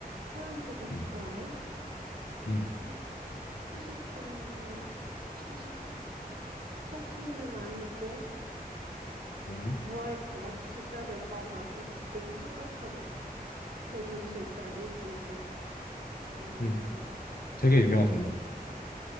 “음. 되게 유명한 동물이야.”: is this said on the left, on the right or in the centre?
Left